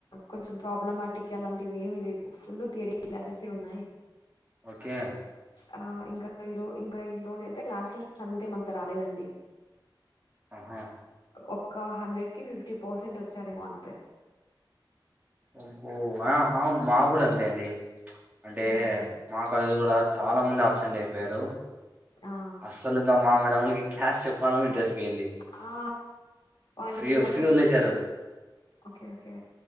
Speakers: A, on the left; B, on the right.
A: కొంచెం ప్రాబ్లమాటిక్ అలాంటివి ఏమీ లేదు ఫుల్ థియరీ క్లాసెస్సే ఉన్నాయి
B: ఓకే
A: ఆ ఇంకా ఈ రో ఇంకా ఈ రోజు అయితే క్లాస్ లో స్టాంత్ ఎం అంత రాలేదండి
B: ఆహా
A: ఒక్క హండ్రెడ్ కి ఫిఫ్టీ పర్సెంట్ వచ్చారేమో అంతే
B: బ్బో ఆ అవును మా కూడా అంతే అండి అంటే
A: ఉమ్,
B: మా కలేజ్ ల కూడా చాలా మంది ఆప్సెంట్ అయిపోయారు
A: ఆ,
B: అసలు ఇంకా మా మేడంళకి క్లాస్ చెప్పాలన్న ఇంట్రెస్ట్ పోయింది
A: ఆ, వాళ్ళు
B: ఫ్రీ
A: ఇంక అక్కడ
B: ఫ్రీ వదిలేసారు
A: ఓకే ఓకే